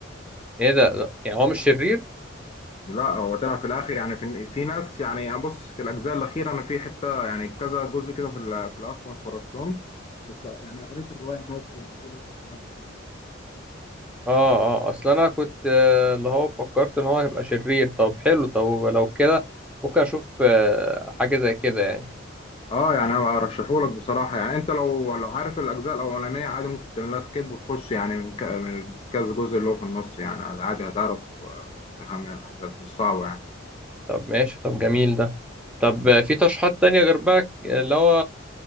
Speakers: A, in the centre; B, on the left.
A: ايه ده لا، يعني هو مش شرير
B: لا هو طلع في الاخر يعني في في ناس يعني يعني بص في الاجزاء الاخيره انا في حته يعني كذا جزء كده في ال- في الاخر ما اتفرجتهمش بس يعني قريت الروايه الناس بتقول إيه التقييمات بتاعتها
A: اه اه اصل انا كنت آه، اللي هو فكرت ان هو هيبقى شرير طب حلو طب لو كده ممكن اشوف آه، حاجة زي كده يعني
B: اه يعني انا ارشحهولك بصراحه يعني انت لو لو عارف الاجزاء الاولانيه عادي ممكن تعمل لها سكيب وتخش يعني من ك- من كذا جزء اللي هو في النص يعني عادي هتعرف آه، تخمن الاحداث مش صعبه يعني
A: طب ماشي طب جميل ده طب آه، في ترشيحات تانية غير بقى اللي هو